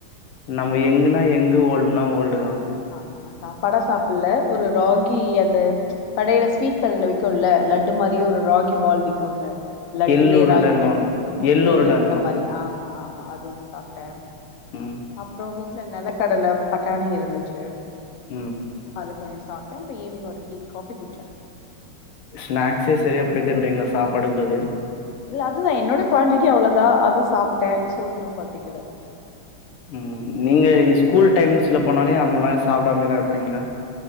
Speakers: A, on the left; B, on the left.
A: நம்ம
B: ம்
A: யங்குனா யங்கு ஓல்டுனா ஓல்டு தா
B: ஆமா சாப்பாடா சாப்புல ஒரு ராகி அந்த கடைல ஸ்வீட் கடைல விக்குல லட்டு மாறி ஒரு ராகி பால் விக்குல லட்டுலே
A: எள்ளு உருண்டன்னுவாங்க
B: ராகி லட்டு
A: எள்ளு
B: எள்ளுருண்ட
A: உருண்டன்னுவாங்க
B: மாரி ஆமா ஆமா அது ஒன்னு சாப்டே
A: ம்
B: அப்றோ வீட் ல நெல கடல பட்டாணி இருந்துச்சு
A: ம்
B: அது கொஞ்சோ சாப்டே அப்ப ஈவ்னிங் ஒரு டீ காபி குட்சசே
A: ஸ்நாக்ஸே சரியா போய்தின்றிங்ளா சாப்பாடுக்கு பதில்
B: இல்ல அதுதா என்னோட குவான்டிட்டி அவ்ளோதா அது சாப்ட்டே ஸோ இன்னு பசிக்கல
A: ம் நீங்க இஸ்கூல் டைம்ஸ்ல போனாலே அந்த மாரி சாப்டாமதா இருப்பீங்ளா